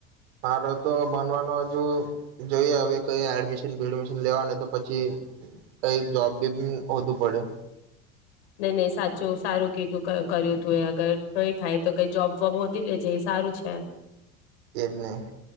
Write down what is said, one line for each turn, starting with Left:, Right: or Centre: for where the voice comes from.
Right: મારો તો ભનવાનું હજુ જોઈએ હવે કઈ એડમિશન બેડમિશન લેવા ને તો પછી કઈ જોબ બી ઉમ હોધવુ પડે.
Left: નહી નહી સાચું સારું કીધું ક કર્યુતુ એ અગર કઈ થાય તો કઈ જોબ વોબ હોધી લેજે એ સારું છે.
Right: એજ ને,